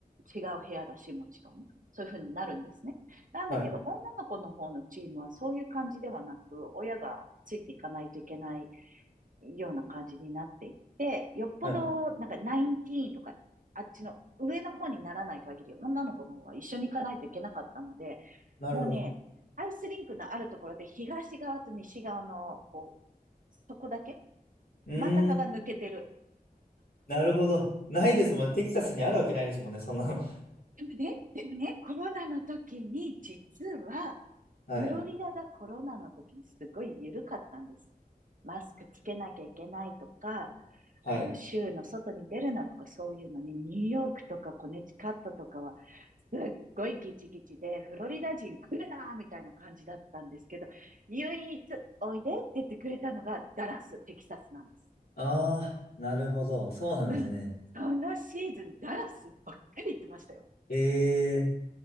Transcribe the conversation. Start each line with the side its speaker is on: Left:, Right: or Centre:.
Right: 違う部屋だし、もちろん。そういうふうになるんですね。なんだけど、
Left: はい。
Right: 女の子の方のチームはそういう感じではなく、親がついていかないといけないような感じになっていって、よっぽど、
Left: はい。
Right: なんか、ナインティーンとか、あっちの上の方にならない限り、女の子の方は一緒に行かないといけなかったので、
Left: なるほど。
Right: もうね、アイスリンクのあるところで東側と西側の、こう、そこだけ
Left: うーん、
Right: 真ん中が抜けてる。
Left: なるほど。ないですもんね。テキサスにあるわけないですもんね、そんなの。
Right: ね、でもね、コロナの時に、実は、
Left: <laughs> はい。
Right: フロリダがコロナの時にすごい緩かったんです。マスクつけなきゃいけないとか、
Left: はい。
Right: あの、州の外に出るなとかそういうのに、ニューヨークとかコネチカットとかは、すっごいギチギチで、フロリダ人来るなーみたいな感じだったんですけど、唯一おいでって言ってくれたのがダラス、テキサスなんです。
Left: ああ、なるほど。そうなんですね。
Right: うんそのシーズン、ダラスばっかり行ってましたよ。
Left: ええ、